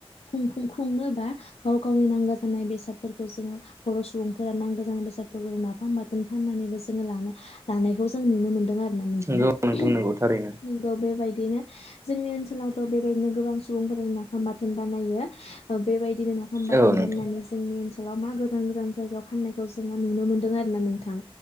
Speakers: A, on the left; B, on the right.
A: खुंफुं खुंनोबा गाव गावनि नांगो जानाय बेसादफोरखौ जोङो बर' सुबुंफोरा नांगो जानाय बेसादफोरखौ जों नाफाम बाथोन फाननानैबो जोङो लानो लानायखौ जों नुनो मोनदों आरो ना नोंथां
B: नंगौ
A: उम
B: नोंथां नंगौ थारैनो
A: नोंगौ बेबाय दिनो जोंनि ओन सोलावथ' बेबायदिनो गोबां सुबुंफोर होमबाना बानायो ओ बेबायदिनो नाफाम बाथोन
B: औ नोंथां
A: बानायनानै जोंनि ओन सोलाव मा गोजान गोजान जायगायाव फाननायखौ जोङो नुनो मोनदों आरोना नोंथां।